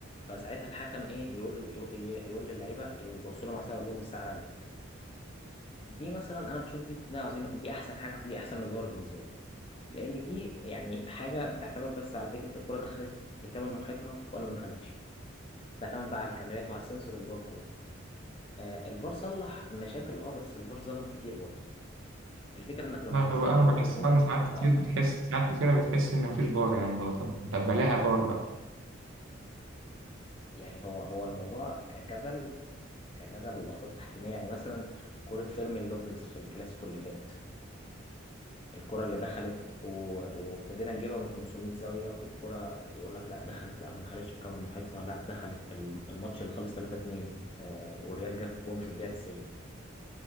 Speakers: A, on the left (about 25°); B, on the right (about 75°).
A: فساعتها الحكم ايه يقول يقول, يقول للعيبه يبصوا لهم على الساعه يقول لهم الساعه رنت دي مثلا انا بشوف دي تقنيه عظيمه دي احسن حاجه دي احسن من الفار بالنسبه لي لان دي يعني حاجه بتعتمد بس على فكره الكوره دخلت بكامل محيطها ولا ما دخلتش تعتمد بقى على الكاميرات وعلى السنسور اللي جوه الكوره آه الفار صلح مشاكل اه بس الفار ظلم كتير برضه الفكره انك لما
B: آه
A: تتظلم
B: آه،
A: في
B: أنا
A: وجود
B: بحس
A: الفار
B: أنا ساعات
A: تبقى
B: كتير
A: اصعب
B: بتحس ساعات كتيرة بتحس إن مفيش فار يعني لو طب طب بلاها فار بقى
A: يعني هو هو الموضوع كجدل كجدل ولقطات تحكيميه يعني مثلا كره فيرمين لوبيز في الكلاسيكو اللي فات الكره اللي دخلت و- وابتدينا نجيبها من 500 زاويه والكره يقول لك لا دخلت لا ما دخلتش الكاميرا محيطها لا دخلت الم- الماتش اللي خلص 3 2 آه والريال جاب جون في الدقيقه 90